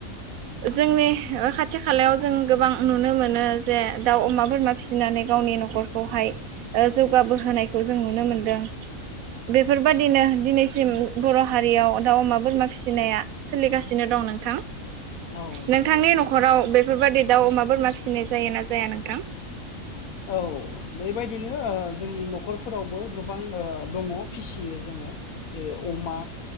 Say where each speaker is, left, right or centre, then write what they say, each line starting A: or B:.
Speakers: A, on the right; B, on the left.
A: जोंनि खा खाथि खालायाव जों गोबां नुनो मोनो जे दाउ अमा बोरमा फिसिनानै गावनि न'खरखौहाय- जौगाबोहोनायखौ जों नुनो मोनदों। बेफोरबादिनो दिनैसिम बर' हारियाव दाउ अमा बोरमा फिसिनाया सोलिगासिनो दं। नोंथां
B: औ
A: नोंथांनि
B: नंगौ नांगौ
A: न'खराव बेफोरबायदि दाउ अमा बोरमा फिसिनाय जायो ना जाया नोंथां?
B: औ बेबायदिनो जोंनि न'खरफोरावबो गोबां दङ फिसियो जोङो। जेरै अमा